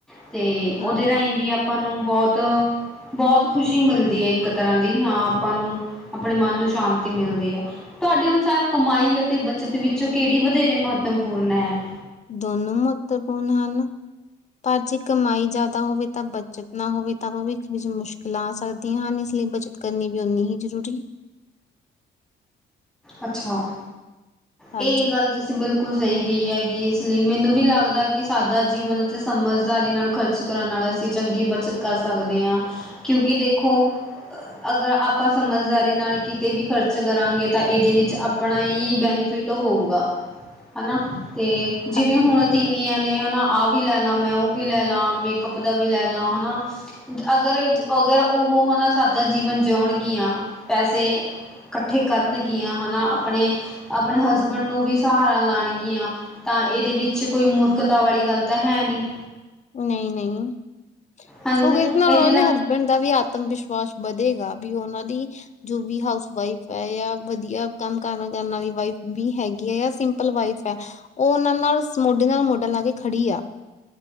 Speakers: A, in the centre; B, on the left.
A: ਅਤੇ, ਉਹਦੇ
B: ਹਾਂ
A: ਰਾਹੀਂ ਵੀ ਆਪਾਂ ਨੂੰ ਬਹੁਤ- ਬਹੁਤ ਖੁਸ਼ੀ ਮਿਲਦੀ ਏ। ਇੱਕ ਤਰ੍ਹਾਂ ਦੀ, ਹਾਂ, ਆਪਾਂ ਨੂੰ, ਆਪਣੇ ਮਨ ਨੂੰ ਸ਼ਾਂਤੀ ਮਿਲਦੀ ਹੈ। ਤੁਹਾਡੇ ਅਨੁਸਾਰ ਕਮਾਈ ਅਤੇ ਬੱਚਤ ਵਿੱਚੋ ਕਿਹੜੀ ਵਧੇਰੇ ਮਹੱਤਵਪੂਰਨ ਹੈ?
B: ਦੋਨੋ ਮਹੱਤਵਪੂਰਨ ਹਨ। ਪਰ ਜੇ ਕਮਾਈ ਜ਼ਿਆਦਾ ਹੋਵੇ ਤਾਂ ਬੱਚਤ ਨਾ ਹੋਵੇ ਤਾਂ ਭਵਿੱਖ ਵਿੱਚ ਮੁਸ਼ਕਿਲਾਂ ਆ ਸਕਦੀਆਂ ਹਨ ਇਸ ਲਈ ਬੱਚਤ ਕਰਨੀ ਵੀ ਓਨੀ ਹੀ ਜ਼ਰੂਰੀ।
A: ਅੱਛਾ,
B: ਹਾਂਜੀ
A: ਇਹ ਗੱਲ ਤੁਸੀਂ ਬਿਲਕੁਲ ਸਹੀ ਗਈ ਹੈਗੀ ਇਸ ਲਈ ਮੈਨੂੰ ਵੀ ਲੱਗਦਾ ਕਿ ਸਾਦਾ ਜੀਵਨ ਅਤੇ ਸਮਝਦਾਰੀ ਨਾਲ ਖ਼ਰਚ ਕਰਨ ਨਾਲ ਅਸੀਂ ਚੰਗੀ ਬੱਚਤ ਕਰ ਸਕਦੇ ਹਾਂ ਕਿਉਂਕਿ ਦੇਖੋ ਅਗਰ ਆਪਾਂ ਸਮਝਦਾਰੀ ਨਾਲ ਕਿਤੇ ਵੀ ਖਰਚ ਕਰਾਂਗੇ। ਤਾਂ ਇਹਦੇ ਵਿੱਚ ਆਪਣਾ ਹੀ ਬੈਨੀਫਿਟ ਹੋਊਗਾ ਹੈਨਾ ਤੇ ਜਿਵੇਂ
B: ਹਾਂਜੀ
A: ਹੁਣ ਤੀਵੀਆ਼਼ ਨੇ ਹਨਾ ਆਹ ਵੀ ਲੈ ਲਾ, ਮੈਂ ਉਹ ਵੀ ਲੈ ਲਾ, ਮੇਕਅਪ ਦਾ ਵੀ ਲੈ ਲਾ ਹਨਾ ਅਗਰ, ਅਗਰ ਉਹ ਹਨਾ ਸਾਦਾ ਜੀਵਨ ਜਿਉਣਗੀਆਂ ਪੈਸੇ ਇਕੱਠੇ ਕਰਨਗੀਆਂ ਹਨਾ ਆਪਣੇ, ਆਪਣੇ ਹਸਬੈਂਡ ਨੂੰ ਵੀ ਸਹਾਰਾ ਲਾਣਗੀਆਂ। ਤਾਂ ਇਹਦੇ ਵਿੱਚ ਕੋਈ ਮੂਰਖਤਾ ਵਾਲੀ ਗੱਲ ਤਾਂ ਹੈ ਨਹੀਂ।
B: ਨਹੀਂ, ਨਹੀਂ
A: ਹਾਂਜੀ
B: ਸਗੋ ਇਸ ਨਾਲ
A: ਇਹਦੇ
B: ਉਹ ਦੇ ਹ ਬੰਦਾ ਵੀ ਆਤਮ ਵਿਸ਼ਵਾਸ ਵਧੇਗਾ ਵੀ ਉਹਨਾਂ ਦੀ ਜੋ ਵੀ ਹਾਊਸ ਵਾਈਫ ਹੈ ਜਾਂ ਵਧੀਆ ਕੰਮ ਕਰਨ ਵਾਲੀ ਵਾਈਫ ਵੀ ਹੈਗੀ ਹੈ ਸਿੰ ਲ ਵਾਈਫ ਹੈ ਉਹ ਉਹਨਾਂ ਨਾਲ ਮੋਢੇ ਨਾਲ ਮੋਢਾ ਲਾ ਕੇ ਖੜੀ ਆ।